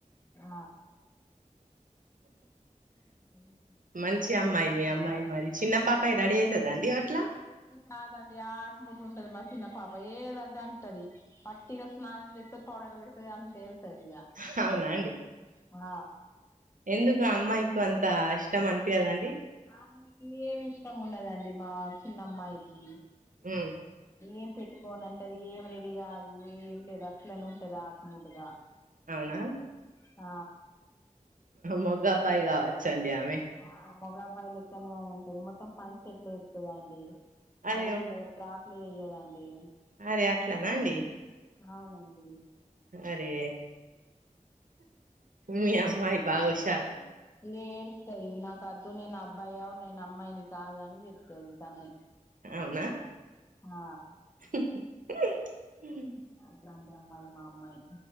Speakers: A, on the left (about 20°); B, on the right (about 75°).
A: ఆ పెద్ద
B: మంచి అమ్మాయి మీ అమ్మాయి మరి చిన్న పాపాయి రెడీ అయితాదా అండి అట్లా.
A: కాదండి ఆట మీద ఉంటది మా చిన్న పాప ఏది వద్దు అంటాది. వట్టిగా స్నానం చేస్తాది. పౌడర్ పెడతాది అంతే వెళ్తాది ఇగ
B: క్స్ హ అవునా అండి
A: ఆ
B: ఎందుకు అమ్మాయికు అంత ఇష్టం అనిపీయదండి.
A: ఆమెకి ఏమి ఇష్టం ఉండదండి మా చిన్నమ్మాయికి.
B: మ్
A: ఏం పెట్టుకోను అంటది. ఏం రెడీ కాదు, ఏం లేదు అట్లనే ఉంటాది ఆట మూడుగా.
B: అవునా
A: ఆ
B: మొగబ్బాయి కావచ్చండి ఆమె.
A: ఆ మొగబ్బాయి లెక్కనే ఉంటది. మొత్తం ప్యాంట్, షర్ట్ లు వేస్తుందండి
B: అరే
A: ఆడపిల్ల షాట్ లే వెయ్యదండి.
B: అరే అట్లానా అండి
A: అవునండి
B: అరే మీ అమ్మాయి భాగుషర్
A: ఏడుస్తాది నాకు అద్దు నేను అబ్బాయ నేను అమ్మాయిని కాదని చెప్తది తనే
B: అవునా
A: ఆ
B: హ
A: అట్లాంటి అమ్మాయి మా అమ్మాయి